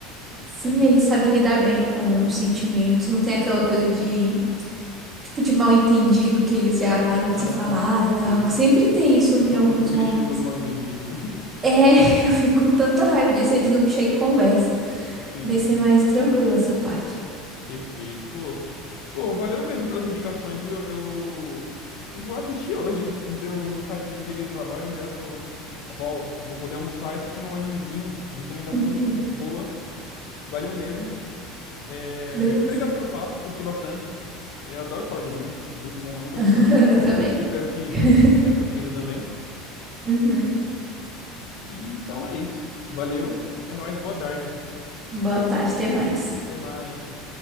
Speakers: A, on the right; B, on the left.
A: Sim,
B: É isso.
A: eles sabem lidar bem com os sentimentos. Não tem aquela coisa de, tipo, de mal entendido que eles já param de
B: Ah,
A: se falar e tal.
B: sei.
A: Que sempre tem isso
B: O,
A: em
B: o famoso
A: alguns
B: clichê
A: romances.
B: dos mal-entendidos, né?
A: É, <laughs> eu fico com tanta raiva disso, eles não chegam e conversam.
B: <laughs> Sim,
A: Nesse é mais tranquilo essa parte.
B: perfeito. Pô. Pô, valeu mesmo pelas indicações, viu? Eu vou assistir hoje. Me deu vontade de seguir do trabalho, já tô. Vou, vou poder almoçar e assistir um animezinho. Recomendação
A: Uhum.
B: boa. Valeu mesmo. É,
A: Beleza.
B: Obrigado pelo papo, curti bastante. É, Eu adoro falar de anime, muito bom, eu nunca
A: <laughs>
B: me canso.
A: Eu
B: <laughs>
A: também.
B: Espero que
A: <laughs>
B: tenha curtido também.
A: Uhum.
B: E então é isso. Valeu, é nóis, boa tarde.
A: Boa tarde, até mais.
B: Até mais.